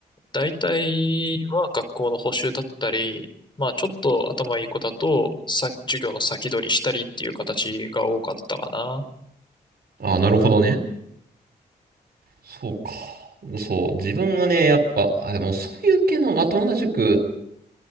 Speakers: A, on the left (about 25°); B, on the right (about 60°).
A: 大体は学校の補習だったり、まあちょっと頭いい子だと、さ、授業の先取りしたりっていう形が多かったかな。
B: あ、なるほどね。そうか。そう、自分はね、やっぱ、あ、でも、そういう系のまともな塾